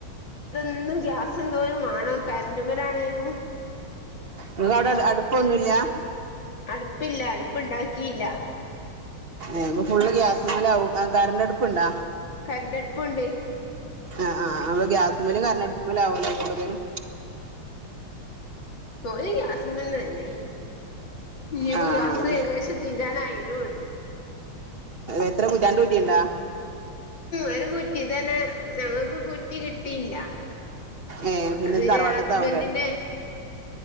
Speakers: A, on the left; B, on the right.
A: ഇന്ന് ഗ്യാസംന്തോരും വേണം ഗ്യാസ് മേൽ ആണേലും
B: നിങ്ങൾക്ക് അവടെ അടുപ്പൊന്നുല്ല
A: അട്പ്പില്ല അട്പ്പ്‌ണ്ടാക്കിയില്ല
B: ഏ ഫുള് ഗ്യാസിമെലാവും കറണ്ട് അടുപ്പ ണ്ടാ
A: കരണ്ടടുപ്പുണ്ട്.
B: ആ ആ് <unintelligible> ഗ്യാസ്മല് കരണ്ടടുപ്പിലാവും ലെ കൂടുതലും.
A: ഗ്യാസ്മലന്നെ ഞ്ഞ് പ്പോഗ്യായാസ്
B: ആഹ്
A: ഏകദേശം തീരാനആയിട്ടുണ്ട്
B: എത്ര കുറ്റി ഉണ്ട്?
A: ഒരു കുറ്റി തന്നെ ഞങ്ങൾക്ക് കുറ്റി കിട്ടിയില്ല.
B: ഏ
A: പിന്നെ
B: ഇത് തറവാട്ടത്താവൂലേ
A: ഹസ്ബന്റ്ന്റെ